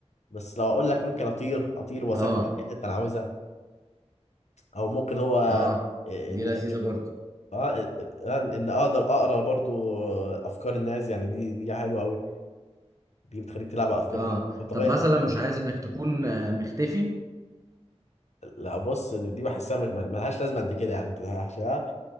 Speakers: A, on the left; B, on the right.
A: بس لو اقول لك ممكن اطير اطير واسافر
B: اه
A: اي حته انا عاوزها او ممكن هو
B: اه
A: ان
B: دي لذيذة
A: ان
B: برضه
A: اه ان إن اقدر اقرا برضو افكار الناس يعني دي دي حلوه قوي دي بتخليك تلعب على افكار
B: اه
A: الناس وتغير
B: طب مثلا
A: افكارهم
B: مش عايز انك تكون آه، مختفي
A: لا بص دي بحسها مش ملهاش لازمه قد كده يعني انت بتحسها-